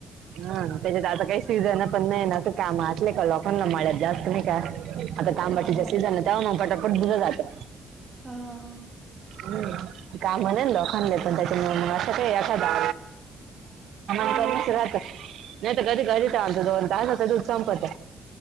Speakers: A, on the right; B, on the right.
A: हं. त्याच्यात आता काही सीझन पण नाही ना असं काम असले का लोकांना माळ्यात जास्त नाही का? आता तांबटा
B: हा हा
A: सीझन आहे तेव्हा म पटापट धुण जातं.
B: हां.
A: हम. काम नाही ना लोका- म त्याच्यामुळ मग आता काय असं काही एखादा
B: हम्म.
A: <unintelligible> चालूच राहत. नाही तर कधी कधी त आमचं दोन तासात दूध संपत.